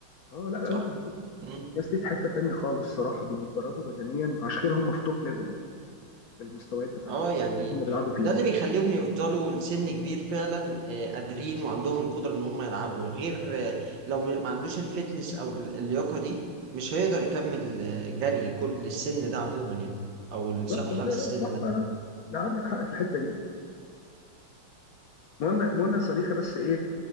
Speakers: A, on the left; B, on the right.
A: اه لا لا
B: صح
A: لا
B: مم.
A: الناس دي في حته تانيه خالص صراحه بيتدربوا بدنيا فعشان كده هم في توب ليفل في المستويات بتاعت
B: اه يعني
A: اللي هم بيلعبوا فيها
B: وده اللي بيخليهم يفضلوا لسن كبير فعلا آه، قادرين وعندهم القدرة ان هم يلعبوا غير آه، لو م- ما عندوش الفتنس او ال- اللياقة دي مش هيقدر يكمل آه، جري كل للسن ده عموما يعني او الصحة
A: بالظبط لا لا
B: للسن
A: لا صح
B: ده
A: لا لا لا، عندك حق في الحته دي مهم مهم يا صريخه بس ايه